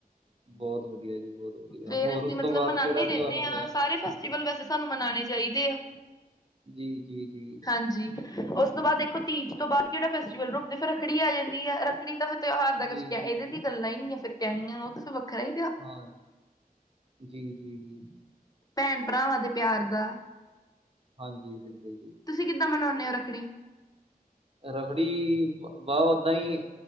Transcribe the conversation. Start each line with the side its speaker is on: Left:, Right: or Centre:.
Right: ਬਹੁਤ ਵਧੀਆ ਜੀ ਬਹੁਤ ਵਧੀਆ
Left: ਫੇਰ
Right: ਹੋਰ
Left: ਅਸੀਂ
Right: ਉਸ
Left: ਮਤਲਬ
Right: ਤੋਂ ਬਾਅਦ
Left: ਮਨਾਨੇ
Right: ਕਿਹੜਾ
Left: ਏ
Right: ਤਿਉਹਾਰ
Left: ਰਹਿਨੇ
Right: ਆਉਂਦਾ
Left: ਹਾਂ
Right: ਆ
Left: ਸਾਰੇ ਫੈਸਟੀਵਲ ਵੈਸੇ ਸਾਨੂੰ ਮਨਾਣੇ ਚਾਹੀਦੇ ਆ
Right: ਜੀ ਜੀ ਜੀ
Left: ਹਾਂਜੀ ਉਸ ਤੋਂ ਬਾਅਦ ਦੇਖੋ ਤੀਜ ਤੋਂ ਬਾਅਦ ਕਿਹੜਾ ਫੈਸਟੀਵਲ ਰੁਕਦੇ ਫਿਰ ਰੱਖੜੀ ਆ ਜਾਂਦੀ ਹੈ ਰੱਖੜੀ ਤਾਂ ਫ ਤਿਉਹਾਰ ਦਾ ਕੁਛ
Right: ਜੀ
Left: ਕਹਿ
Right: ਜੀ
Left: ਇਹਦੇ ਦੀ ਗੱਲਾਂ ਹੀ ਨਹੀਂ ਫਿਰ ਕਹਿਣੀਆਂ ਉਹ ਤਾਂ ਫਿਰ ਵੱਖਰਾ ਇ
Right: ਹਾਂ ਜੀ ਜੀ ਜੀ
Left: ਭੈਣ ਭਰਾਵਾਂ ਦੇ ਪਿਆਰ ਦਾ
Right: ਹਾਂ <unintelligible>
Left: ਤੁਸੀਂ ਕਿੱਦਾਂ ਮਨਾਉਂਨੇ ਓ ਰੱਖੜੀ
Right: ਰੱਖੜੀ ਵਾਹ ਓਦਾਂ ਹੀ